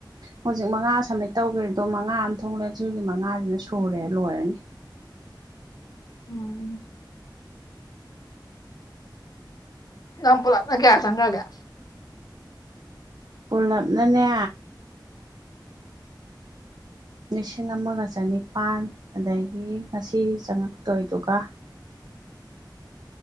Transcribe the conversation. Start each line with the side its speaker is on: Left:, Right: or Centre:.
Right: ꯍꯧꯖꯤꯛ ꯃꯉꯥ ꯁꯝꯃꯤꯠ ꯇꯧꯈꯦꯗꯣ ꯃꯉꯥ ꯑꯃ ꯊꯣꯛꯂꯦ ꯑꯗꯨꯒꯤ ꯃꯉꯥꯁꯤꯅ ꯁꯨꯔꯦ ꯂꯣꯏꯔꯅꯤ
Left: ꯎꯝ ꯌꯥꯝ ꯄꯨꯂꯞꯅ ꯀꯌꯥ ꯆꯒꯒꯦ
Right: ꯄꯨꯂꯞꯅꯅꯦ ꯂꯤꯁꯤꯡ ꯑꯃꯒ ꯆꯅꯤꯄꯥꯜ ꯑꯗꯒꯤ ꯉꯁꯤ ꯆꯪꯉꯛꯇꯣꯏꯗꯨꯒ